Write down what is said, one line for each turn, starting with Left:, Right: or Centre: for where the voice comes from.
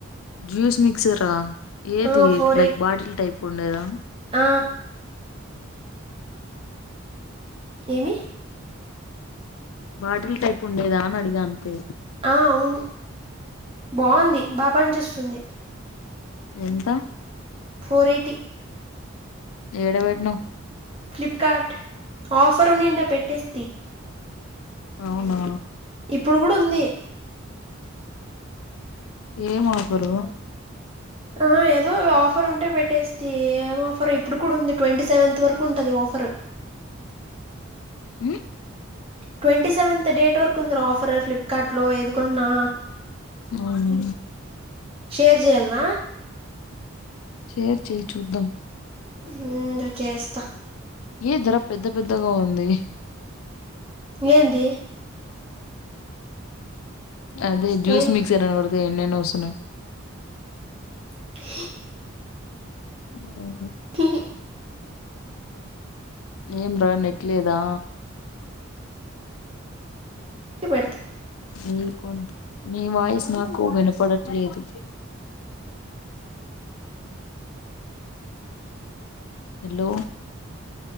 Left: జ్యూస్ మిక్సరా ఏది
Right: ఆ ఫోర్
Left: లైక్
Right: ఎయి
Left: బాటిల్ టైప్ ఉండేదా
Right: ఆ ఏమి
Left: బాటిల్ టైపు ఉండేదా అని అడిగా అంతే
Right: ఆ అవును బాగుంది బా పనిచేస్తుంది.
Left: ఎంత
Right: ఫోర్ ఎయిటీ
Left: ఏడ పెట్టినవ్
Right: ఫ్లిప్కార్ట్ ఆఫర్ ఉన్నింటే పెట్టేస్తి
Left: అవునా
Right: ఇప్పుడు కూడ ఉంది.
Left: ఏం ఆఫరు
Right: ఆ ఏదో ఆఫర్ ఉంటే పెట్టేస్తి ఏం ఆఫరో ఇప్పుడు కూడ ఉంది ట్వంటీ సెవెంత వరకు ఉంటది ఆఫర్
Left: ఆ
Right: ట్వంటీ సెవెంత్ డేట్ వరకు ఉంది ఆఫ ఆఫర్ ఫ్లిప్కార్ట లో ఏదికొన్నా
Left: అవును
Right: షేర్ చెయాల్న
Left: షేర్ చెయ్ చూద్దాం
Right: ముందు చేస్తా
Left: ఏ ధర పెద్ద పెద్దగా ఉంది
Right: ఏంది
Left: అదే జూస్
Right: ఏం
Left: మిక్సర్ అని కొడితే ఎన్నెన్నో వస్తున్నయి
Right: <inaudible>
Left: ఆ
Right: హ
Left: ఏం రా నెట్లేదా
Right: పెడుత
Left: నీ కొ నీ వాయిస్ నాకు వినపడట్లేదు హలో